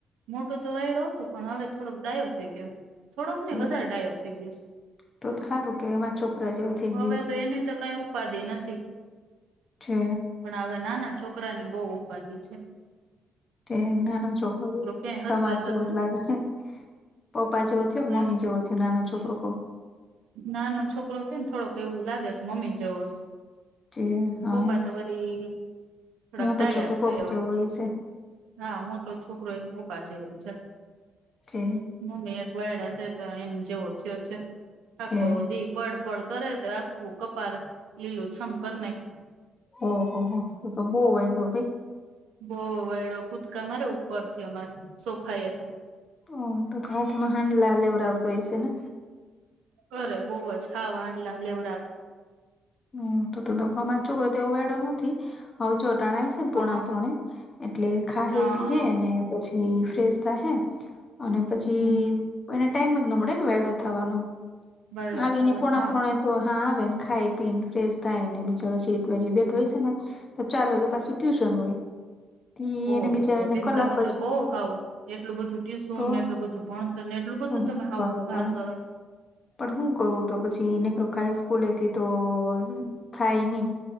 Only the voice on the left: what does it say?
તો
તો તો સારું કે એમાં છોકરા જેવો થઈ ગું
છે
છે
એ નાનો છોકરો
તમાર <unintelligible>
પપ્પા જેવો થયો કે
મમ્મી જેવો થયો નાનો છોકરો
જે હા
મોટો
છોકરો
પપ્પા
જેવો હોય
જે
જે
ઓહ હો ત તો બોવાયડ ભાઈ.
ઓ તો તો હાથમાં હાંડ લ લેવ આવતો હોય છે ને.
હમ્મ તો ધોકાામાં છોકરો તેવો વડો નથી આવ જો ટણાય.
પોણા
ત્રણે એટલે ખા
પીએ ને પછી ફ્રેશ થ હે અને પછી
એને ટાઈમ જ ન મળે ને વડો થવાનો
આવીને
પોણા
ત્રણે તો હા આવે ને ખાઈ પી ને ફ્રેશ થાય ને બિચારો પછી એક વા બેઠ
હોય છે ને તો ચાર વાગે પાછું ટ્યુશન હોય. ઈ
એને બિચારાને
કલાક
જ
તો
તો હું
કરે પણ
પણ હું કરું તો પછી ખાલી સ્કૂલે થી તો થાય નહી.